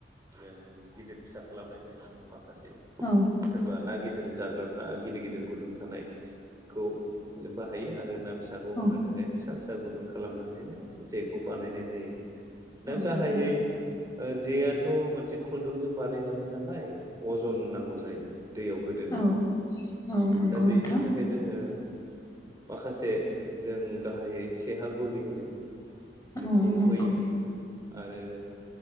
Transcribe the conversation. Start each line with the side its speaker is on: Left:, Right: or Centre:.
Right: माने गिदिर फिसा खालामनाय जायो माखासे।
Left: औ।
Right: सोरबा ना गिदिर जाग्राफ्रा गिदिर गिदिर गुदुं थानायखौ हायो आरो ना फिसाखौ
Left: औ
Right: हमनो थाखाय फिसा फिसा गुदुं खालामनानैनो जेखौ बानायनाय जायो। दा
Left: औ
Right: गाहायै
Left: नंगौ
Right: जेआथ' मोनसे खुन्दुंजों बानायजानाय नालाय। अजन नांगौ जायो दैयाव गोदोनो
Left: औ औ नंगौ
Right: दा बेनि
Left: नोंथां
Right: था फ्राय जोङो माखासे जों गाहायै सेहा गलि होनो बेखौ
Left: औ नंगौ
Right: होयो आरो